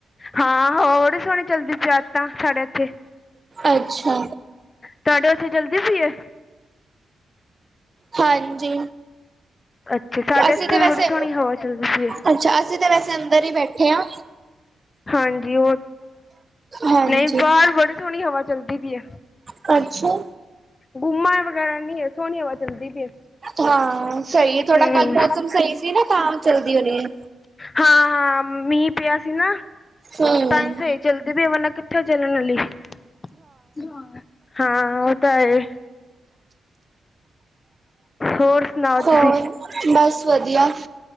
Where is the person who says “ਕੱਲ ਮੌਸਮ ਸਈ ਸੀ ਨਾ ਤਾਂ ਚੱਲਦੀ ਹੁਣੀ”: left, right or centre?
Right